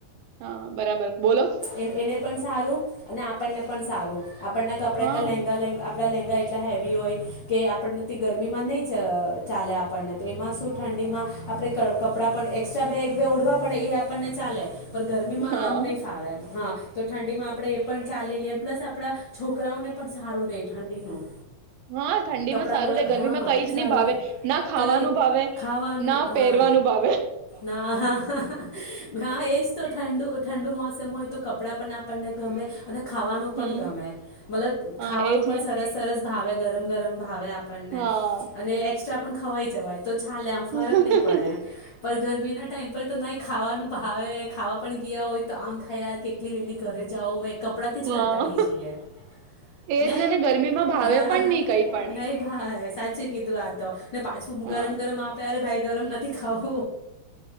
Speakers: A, on the right; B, on the left.
A: હા બરાબર. બોલો
B: એન એને. પણ સારું અને આપણને પણ સારું. આપણના કપડા
A: હા
B: એટલા લેહેંગા લેા. <inaudible> આપડા લેંગા એટલા હેવી હોય કે આપણને ગરમીમાં નહી ચાલે આપણને તો એમાં શું ઠંડીમાં આપણે કપડાં પણ એસ્ટ્રા બે એક બે ઓઢવા પડે એ આપણને ચાલે. પણ ગરમી માં
A: હા
B: આમ નહી. ખાવેમ હા તો ઠંડીમાં આપણે એ પણ ચાલી લએ પ્લસ આપણા છો છોકરાઓને પણ સારું રે ઠંડીનું.
A: હા ઠંડી
B: કપડાં
A: માં સારું રહેે ગરમીમાં
B: હા
A: કઈ જ
B: સારું
A: નહી ભાવે
B: રહે
A: ના ખાવાનું
B: કંઈ
A: ભાવે
B: ખાવાનું
A: ના
B: હા
A: પહેરવાનું ભાવે.
B: ના હા એ જ તો ઠંડુ ઠંડુ મોસમ. હોય તો કપડાં પણ આપણને ગમે. અને ખાવાનું પણ
A: હમ
B: ગમે મતલબ
A: હા
B: ખાવાનું
A: એજ
B: પણ
A: ને
B: સરસ સરસ. ભાવે ગરમ ગરમ ભાવે આપ પને
A: હા
B: અને એસ્ટ્રા પણ ખવા જવાય તો ચાલે આમ
A: ઠંડ
B: ફરક નહી પડે પણ ગરમી ના ટાઈમ પર તો નાઈ ખાવાનું ભાવે ખાવા પણ ગીયા હોય તો આમ થયાર કેટલી વેલી ઘરે જાઓ મેં કપડાથી જ
A: હા
B: કંટાળી જઈએ નહી
A: એજ ને ને ગરમીમાં ભાવે
B: હા
A: પણ
B: હ
A: નહી કઈ પણ
B: નહી ભા સાચું કીધું આ તો ને પાછું
A: હા
B: ગરમ ગરમ આપે અરે ભાઈ ગરમ નથી ખાઓ